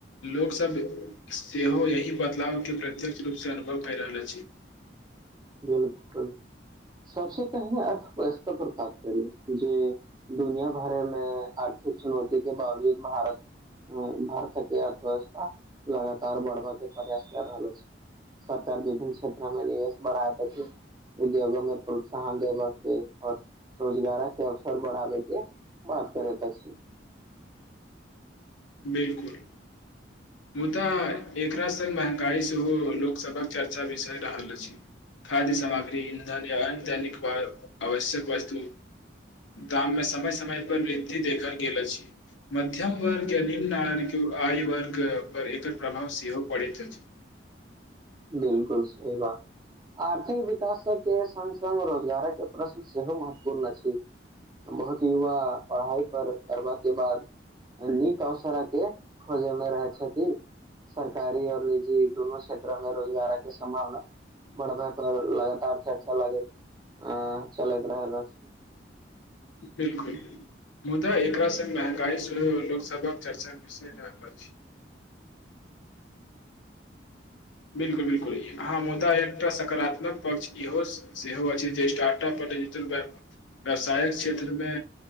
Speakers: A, on the left; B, on the right.
A: लोक सब सेहो एहि बदलावके प्रत्यक्ष रूपसँ अनुभव कै रहल अछि
B: बिल्कुल सबसँ पहिने अर्थव्यवस्था पर बात करी जे दुनिया भरमे अर्थिक चुनौती के बावजूद भारत भारतक अर्थव्यवस्था लगातार बढ़बक प्रयास कऽ रहल अछि सरकार विभिन्न क्षेत्र् मे निवेश बढ़ा उद्योगो मे प्रोत्साहन देबके आओर रोजगारक अवसर बढ़ाबके बात करेत अछि
A: बिल्कुल
B: <unintelligible>
A: मुदा एकरा संग महँगाई सेहो लोकसभक चर्चा विषय रहल अछि खाद्य सामग्री इन्धन या अन्य दैनिक आवश्यक वस्तु दाम मे समय समय पर वृद्धि देखल गेल अछि मध्यम वर्ग निम्न आ आय वर्ग पर एकर प्रभाव सेहो पड़ैत अछि
B: बिल्कुल सही बात आर्थिक विकासके संग संग रोजगारके प्रश्न सेहो महत्वपूर्ण अछि बहुत युवा पढ़ाई पर करबा के बाद नीक अवसरके खोजेमे रहै छथि सरकारी आओर निजी दुनू क्षेत्र मे रोजगारके सम्भावना बढ़ब पर लगातार चर्चा लागैत आ चलैत रहैत अछि
A: बिल्कुल मुदा एकरा संग महगाई सेहो लोकसभक चर्चाक विषय रहल अछि बिल्कुल बिल्कुल अहाँ मुदा एकटा सकारात्मक पक्ष इहो सेहो अछि जे स्टार्टअप डिजिटल व्यावसायक क्षेत्रमे